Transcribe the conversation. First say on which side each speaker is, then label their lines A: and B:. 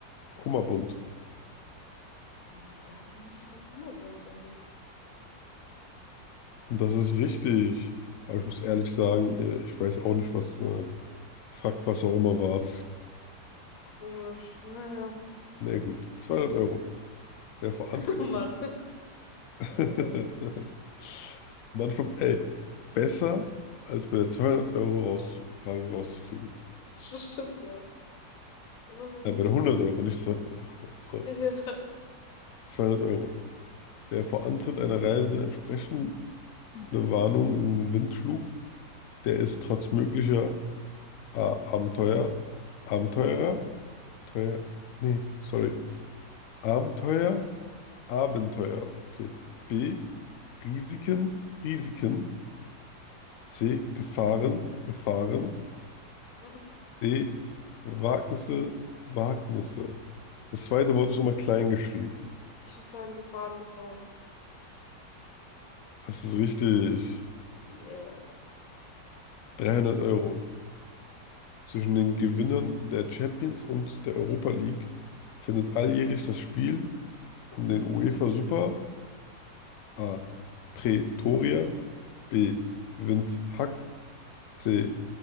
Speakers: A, on the left (about 85°); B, on the left (about 55°).
A: Kummerbund.
B: Na, dann nehme ich den Kummerbund, denke ich.
A: Und das ist richtig. Aber ich muss ehrlich
B: Okay.
A: sagen, äh, ich weiß auch nicht, was eine Frack, was auch immer war.
B: Komisch. Naja.
A: Na ja, gut, 200 Euro. Wer vor anderen
B: Oh Mann. <laughs>
A: <laughs>
B: Ja, sorry.
A: manchmal, ey, besser als bei der 200 Euro raus, Frage rauszufliegen.
B: Das st- stimmt, ja. Immerhin.
A: Nein, bei der 100 Euro, nicht 200 Euro. So,
B: Ja.
A: 200 Euro. Der vor Antritt einer Reise entsprechende Warnung in den Wind schlug, Der ist trotz möglicher äh, Abenteuer, Abenteurer, teuer, nee, sorry, Abenteuer, Abenteuer, okay. B, Risiken, Risiken. C, Gefahren, Gefahren.
B: <laughs>
A: D, Wagnisse, Wagnisse. Das zweite Wort ist nochmal klein geschrieben.
B: Ich würde sagen, gefahren, gefahren.
A: Das ist richtig.
B: Yeah.
A: 300 Euro. Zwischen den Gewinnern der Champions und der Europa League findet alljährlich das Spiel um den UEFA Super A. Pretoria. B. Windhoek. C.